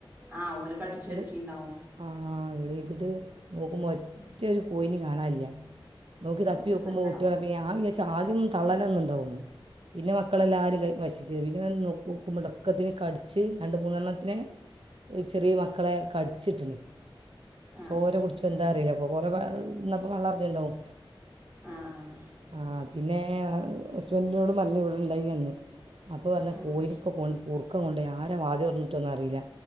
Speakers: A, on the right; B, on the right.
A: ആഹ് ഓല് കടിച്ച്
B: എട്
A: വലിച്ചിണ്ടാവും
B: ആ എണ്റ്റിട്ട് നോക്കുമ്പോൾ <unintelligible>
A: ഉം <unintelligible>
B: പോയി കാണില്ല നോക്കി തപ്പി
A: അത്
B: വെക്കുമ്പോൾ
A: സങ്കടാവും
B: കുട്ടികളെ ഞാ വിചാര്ച്ച് ആദ്യം തള്ളലന്നുണ്ടാവുന്നു പിന്നെ മക്കളെല്ലരും വശിച്ചു പിന്നെ ന മുടക്കത്തിന് കടിച്ച് രണ്ട് മൂന്നെണ്ണത്തിനെ ചെറിയ മക്കളെ കടിച്ചിട്ട്ണ്
A: ആഹ്
B: ചോര കുടിച്ചു എന്താ അറിയില്ലപ്പൊ കുറെ ഇന്നപ്പോ വള്ളറിഞ്ഞുണ്ടാവും
A: ആഹ് ആഹ്
B: ആ പിന്നെ ഹസ്ബന്റിനോട് പറഞ്ഞു ഇവിടെ ഇണ്ടായിനി അന്ന് അപ്പൊ പറഞ്ഞ
A: ആഹ്
B: കോയിലൊക്കെ കൊ കുർക്കൻ കൊണ്ട് ആരും ആദ്യംഞ്ഞിട്ടൊന്ന അറിയില്ല